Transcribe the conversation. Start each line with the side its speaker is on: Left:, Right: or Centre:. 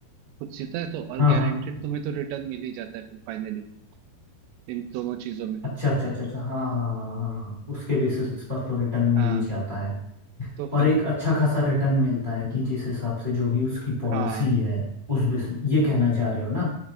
Right: कुछ सीता है तो और
Left: हाँ
Right: गारंटेड
Left: हाँ
Right: तुम्हें तो रिटर्न मिल ही जाता है फिर फाइनली इन दोनों चीजों में
Left: अच्छा अच्छा अच्छा अच्छा हाँ हाँ हाँ हाँ हाँ उसके बेसिस पर तो रिटर्न मिल
Right: हाँ
Left: ही जाता है
Right: तो
Left: और
Right: फिर
Left: एक अच्छा खासा रिटर्न मिलता है कि जिस हिसाब से जो भी उसकी पॉलिसी
Right: हाँ
Left: है उस बेसिस ये कहना चाह रहे हो ना